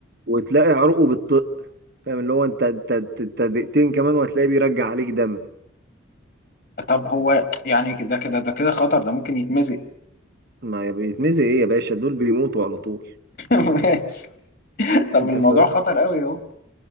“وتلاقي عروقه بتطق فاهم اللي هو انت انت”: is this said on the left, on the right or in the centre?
Right